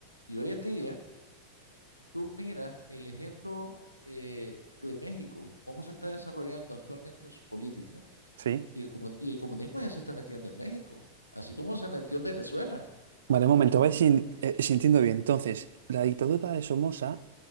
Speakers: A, on the left; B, on the right.
A: Y hoy en día, tú miras el ejemplo eh, de México, cómo se está desarrollando actualmente en su política
B: sí.
A: y el, comun- y el comunismo ya se está metiendo en México, así como se metió en Venezuela,
B: Vale, un momento, a ver si, eh, si entiendo bien. Entonces, la dictadura de Somoza